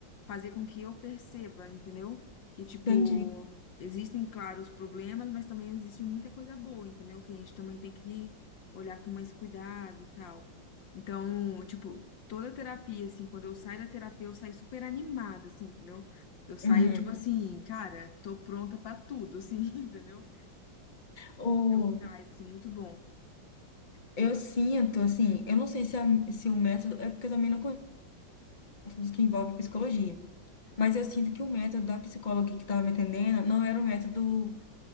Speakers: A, on the left; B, on the left.
A: fazer com que eu perceba, entendeu? Que, tipo,
B: Entendi.
A: existem, claro, os problemas, mas também existe muita coisa boa, entendeu? Que a gente também tem que olhar com mais cuidado e tal. Então, tipo, toda a terapia, assim, quando eu saio da terapia, eu saio super animada, assim, entendeu? Eu saio,
B: Uhum.
A: tipo assim, cara, tô pronta pra tudo, assim, <laughs> entendeu?
B: O,
A: É um gás, assim, muito bom.
B: eu sinto, assim, eu não sei se, a- se o método, é porque eu também não conheço métodos que envolvem psicologia, mas eu sinto que o método da psicóloga que estava me atendendo não era o método